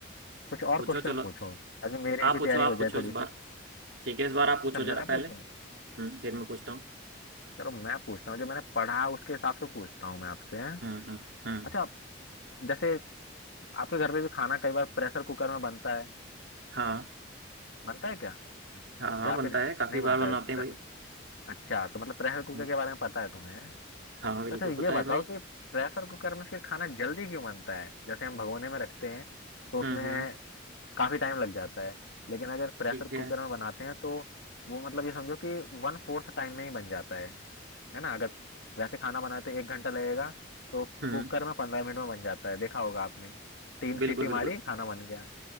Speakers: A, on the left; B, on the right.
A: कुछ और
B: पूछो
A: क्वेश्चन
B: चलो
A: पूछो ताकि मेरी
B: आप
A: भी
B: पूछो
A: तैयारी
B: आप
A: हो जाए
B: पूछो
A: थोड़ी
B: इस
A: सी
B: बार ठीक है इस बार आप पूछो
A: अच्छा मैं
B: जरा पहले
A: पूछूं
B: हम्म, फिर मैं पूछता हूँ
A: चलो मैं पूछता हूँ जो मैंने पढ़ा उसके हिसाब से पूछता हूँ मैं आपसे
B: हम्म हम्म हम्म
A: अच्छा आप- जैसे आपके घर पे भी खाना कई बार प्रेशर कुकर में बनता है
B: हाँ
A: बनता है क्या
B: हाँ हाँ
A: या
B: बनता
A: फिर
B: है काफी
A: नहीं बनता
B: बार बनाते
A: है प्रेशर
B: हैं भाई
A: अच्छा तो मतलब प्रेशर कुकर
B: हम्म,
A: के बारे में पता है तुम्हें तो
B: हाँ बिल्कुल
A: अच्छा
B: पता
A: ये बताओ
B: है भाई
A: कि प्रेशर कुकर में फिर खाना जल्दी क्यों बनता है जैसे हम भगोने में रखते हैं तो उसमें
B: हम्म हम्म
A: काफी टाइम लग जाता है लेकिन अगर प्रेशर
B: ठीक है
A: कुकर में बनाते हैं तो वो मतलब ये समझो कि वन फोर्थ टाइम में ही बन जाता है है ना अगर वैसे खाना बनाते एक घंटा लगेगा तो
B: हम्म
A: कुकर में पंद्रह मिनट में बन जाता है देखा होगा आपने तीन सीटी
B: बिल्कुल बिल्कुल
A: मारी खाना बन गया